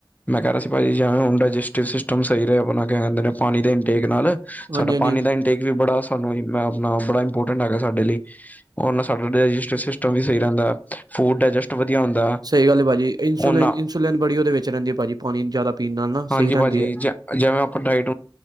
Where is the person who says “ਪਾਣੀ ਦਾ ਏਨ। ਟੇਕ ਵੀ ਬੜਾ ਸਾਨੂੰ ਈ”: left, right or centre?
Left